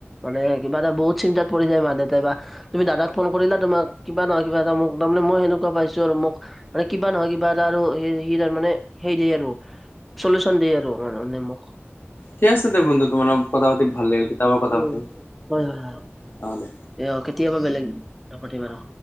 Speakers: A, in the centre; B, on the left.
A: মানে কিবা এটা বহুত চিন্তাত পৰি যায় মা দেউতাই বা, ‌তুমি দাদাক ফোন কৰিলা তোমাক কিবা নহয় কিবা এটা মোক, তাৰমানে মই সেনেকৱা পাইছো আৰু মোক মানে কিবা নহয় কিবা এটা আৰু সি তাৰ মানে হেইৰি দেই আৰু চলিউচন দিয়ে আৰু মানে মোক।
B: ঠিক আছে দে বন্ধু তোমাৰ কথা পাতি ভাল লাগিল, কেতিয়া বা কথা
A: উম
B: পাতিম,
A: হয় হয় হয়
B: অ দে।
A: এ অ কেতিয়াবা বেলেগ, নাপাতিম আৰু।